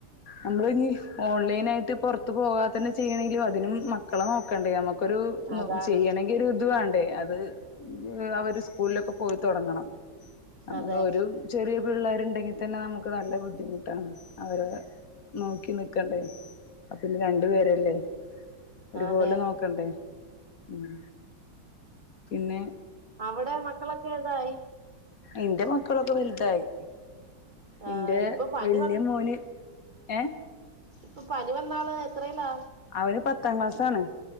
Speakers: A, on the left; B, on the right.
A: നമ്മള് ഇനി ഓൺലൈൻ ആയിട്ട് പൊറത്ത് പോവാത്തെന്നെ ചെയ്യണേലും അതിനും മക്കളെ നോക്കണ്ടേ ഞമ്മ ക്കൊരുന്നു
B: അതാണ്
A: ചെയ്യണെങ്കി ഒരു ഇത് വാണ്ടേ അ ഇവര് ഏഹ് അവര് സ്കൂള്ലൊക്കെ പോയി തൊടങ്ങണം നമ്മളൊരു
B: അതെ
A: ചെറിയ പിള്ളേര്ണ്ടെങ്കി തന്നെ നമുക്ക് നല്ല ബുദ്ധിമുട്ടാണ് അവരെ നോക്കിന്ന്ക്കണ്ടേ ആഹ് പിന്നെ രണ്ടു പേരല്ലേ ഒര്പോലെ
B: അതെ
A: നോക്കണ്ടേ ഉം പിന്നെ
B: അവ്ടെ മക്കളൊക്കെ ഏതായി
A: ഇന്റെ മക്കളൊക്കെ വെല്തായി
B: ആ
A: ഇന്റെ
B: ഇപ്പൊ പനി
A: വെല്ല്യെ മോന് ഏഹ്
B: ഇപ്പം പനി വന്നാള് എത്രേല്ലാ?
A: അവന് പത്താ ക്ലാസാണ്